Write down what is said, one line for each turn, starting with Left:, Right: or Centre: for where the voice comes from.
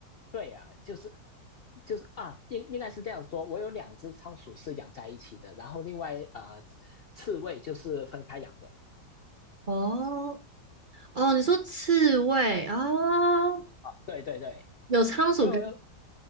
Left: 对呀，就是就是啊，应应该是这样说。我有两只仓鼠是养在一起的，然后另外呃刺猬就是分开养的。
Right: 哦哦，你说刺猬哦，
Left: 对对对，
Right: 有仓鼠跟，
Left: 所以我又